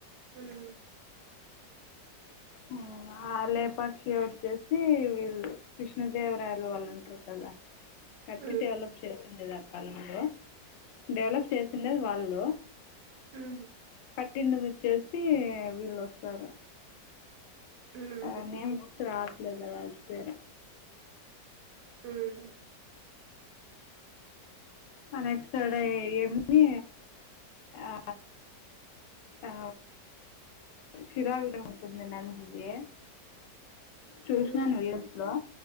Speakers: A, on the right; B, on the left.
A: ఉమ్
B: మ్మ్ ఆ లేపాక్షి వచ్చేసి వీళ్ళు కృష్ణదేవరాయలు వాళ్ళుంటారు కదా కట్టి
A: ఉమ్,
B: డెవలప్ చేసిండేది ఆ కాలంలో డెవలప్ చేసిండేది వాళ్ళు
A: మ్మ్
B: పుట్టిండేది వచ్చేసి వీళ్ళొస్తారు
A: ఉమ్,
B: ఆ నేమ్ గుర్తు రావట్లేదు కదా మర్చిపోయిన
A: ఉమ్,
B: ఆ నెక్స్ట్ డే ఏంది ఆ ఆ షిరావిడంకుంది నందిది చూసినాను
A: ఉమ్, ఉమ్,
B: న్యూస్ లో